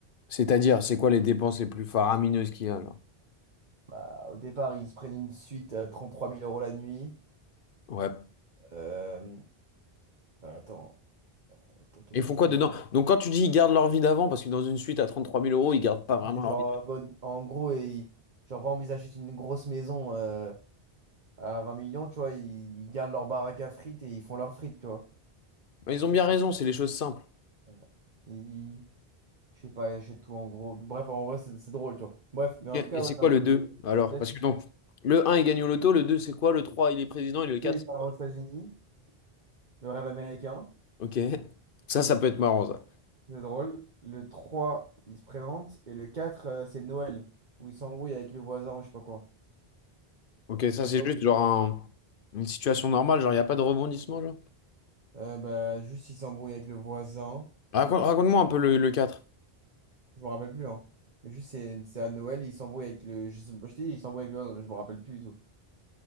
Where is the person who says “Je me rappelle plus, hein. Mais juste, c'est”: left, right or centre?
Right